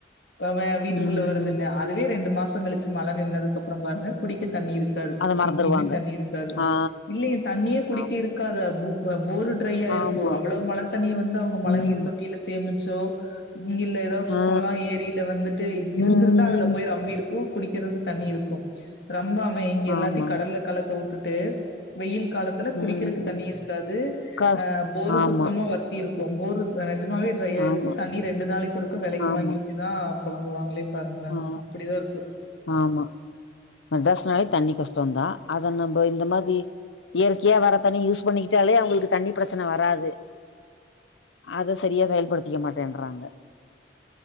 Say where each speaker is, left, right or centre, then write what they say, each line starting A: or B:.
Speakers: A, on the left; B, on the left.
A: அ வெ வீட்டுக்குள்ள
B: ம்
A: வருதுன்னு
B: ம்
A: அதுவே ரெண்டு மா சங் கழுச்சு மழ நின்னதுக்கப்ற பாருங்க குடிக்க தண்ணி இரு க்காது
B: அத மறந்துருவாங்க
A: எங்கய்மே தண்ணி இருக்காது
B: ஆ
A: இல்லையே தண்ணியே குடிக்க
B: ஆமா
A: இருக்காதா பூ ப போரு ட்ரையாயிருக்கு
B: ஆமா.
A: அவ்வளொ மழ தண்ணிய வந்து அவுங்க மழ
B: ம்
A: நீர் தொட்டில சேமி ச்சோ இங்கில்ல எதா
B: ஆ ஆ.
A: கொளொ ஏரில வந்துட்டு இருந்துருந்தா
B: ம் ம்
A: அதுல
B: ம்
A: போய் ரம்பி இருக்கு குடிக்கிறது தண்ணி இருக்கு ரம்பாம இங்க எல்லாத்தையு
B: ஆமா
A: கடல்ல கலக்க வுட்டு ட்டு வெயில் காலத்துல குடிக்கறக்கு
B: ம்
A: தண்ணி இருக்காது
B: காஸ்
A: ஆ போரு
B: ஆமா
A: சுத்தமா வத்தி இருக்கு‌ போரு அ நெ ஜமாவே ட்ரையா இருக்கு
B: ஆமா
A: தண்ணி ரெண்டு நாளைக்கு ஒருக்க வெலைக்கு
B: ஆமா
A: வாங்கி ஊத்திதா பொழங்குவாங்ளே பாருங்க
B: ஆ
A: அப்புடிதா இருக்கு
B: ஆமா மெட்ராஸ்னாலே தண்ணி கஷ்டொந்தா அத நம்ப இந்த மாதி இயற்கையா வர தண்ணி யூஸ் பண்ணிக்கிட்டாலே அவங்களுக்கு தண்ணி பிரச்சன வராது அத சரியா செயல்படுத்திக்க மாட்டேன்றாங்க